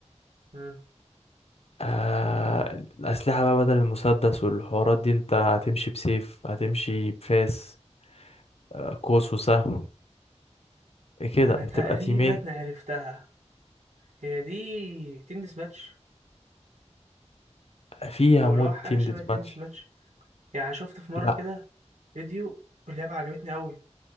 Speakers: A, on the right (about 75°); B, on the left (about 60°).
A: مم.
B: آه الاسلحة بقى بدل المسدس والحوارات دي انت هتمشي بسيف هتمشي بفاس آه قوس وسهم إيه كده
A: أنا
B: بتبقى
A: تقريبا
B: تيمين
A: عرفتها هي دي تنس ماتش
B: فيها
A: أو
B: مود
A: اللي هو حاجة
B: تيم
A: شبه
B: ديت
A: تنس
B: ماتش
A: ماتش يعني شفت في مرة
B: لا
A: كده فيديو واللعبة عجبتني أوي